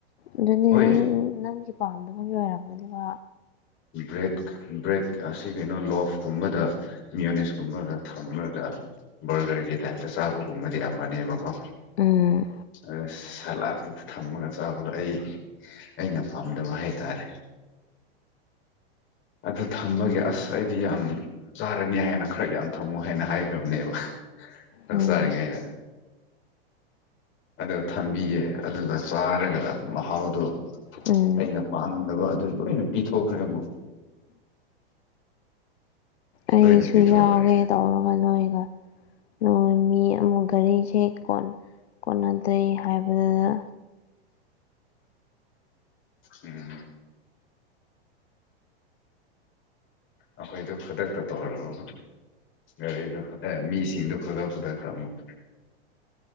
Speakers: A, on the left; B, on the left.
A: ꯑꯗꯨꯅꯦ
B: ꯍꯣꯏ
A: ꯅꯪ ꯅꯪꯒꯤ ꯄꯥꯝꯗꯕꯒꯤ ꯑꯣꯏꯔꯝꯒꯅꯤꯕ
B: ꯕ꯭ꯔꯦꯠ ꯕ꯭ꯔꯦꯠ ꯑꯁꯤ ꯀꯩꯅꯣ ꯂꯣꯞꯀꯨꯝꯕꯗ ꯃꯤꯌꯣꯅꯤꯁꯀꯨꯝꯕꯒ ꯊ ꯑꯃꯒ ꯕꯒ꯭ꯔꯒꯤ ꯇꯥꯏꯞꯇ ꯆꯥꯕꯒꯨꯝꯕꯗꯤ ꯑꯃꯅꯦꯕꯀꯣ
A: ꯎꯝ
B: ꯑ ꯁꯂꯥꯠꯇ ꯊꯝꯃꯒ ꯆꯥꯕꯗ ꯑꯩ ꯑꯩꯅ ꯄꯥꯝꯗꯕ ꯍꯥꯏꯇꯥꯔꯦ ꯑꯗꯨ ꯊꯝꯕꯒꯤ ꯑꯁ ꯑꯩꯗꯤ ꯌꯥꯝ ꯆꯥꯒ‍꯭ꯔꯅꯤ ꯍꯥꯏꯅ ꯈꯔ ꯌꯥꯝ ꯊꯝꯃꯣ ꯍꯥꯏꯅ ꯍꯥꯏꯈ꯭ꯔꯕꯅꯦꯕ ꯆꯛ
A: ꯎꯝ
B: ꯆꯥꯔꯤꯉꯩꯗ ꯑꯗ ꯊꯝꯕꯤꯌꯦ ꯑꯗꯨꯒ ꯆꯥꯔꯒ ꯃꯍꯥꯎꯗꯣ
A: ꯎꯝ
B: ꯑꯩꯅ ꯄꯥꯝꯗꯕ ꯑꯗꯨ ꯂꯣꯏꯅ ꯄꯤꯊꯣꯛꯈ꯭ꯔꯦ ꯑꯃꯨꯛ
A: ꯑꯩꯁꯨ
B: ꯂꯣꯏꯅ ꯄꯤꯊꯣꯛꯈ꯭ꯔꯦ
A: ꯌꯥꯎꯒꯦ ꯇꯧꯔꯒ ꯅꯣꯏꯒ ꯅ ꯃꯤ ꯃꯤ ꯑꯃꯨꯛ ꯒꯔꯤꯁꯦ ꯀꯣꯟꯅꯗꯦ ꯍꯥꯏꯕꯗꯨꯗ
B: ꯎꯝ ꯑꯩꯈꯣꯏꯗꯨ ꯈꯨꯗꯛꯇ ꯇꯧꯔꯒ ꯒꯥꯔꯤꯗꯨ ꯑꯦ ꯃꯤꯁꯤꯡꯗꯣ ꯈꯨꯗꯛ ꯈꯨꯗꯛꯇꯥ ꯑꯃꯨꯛ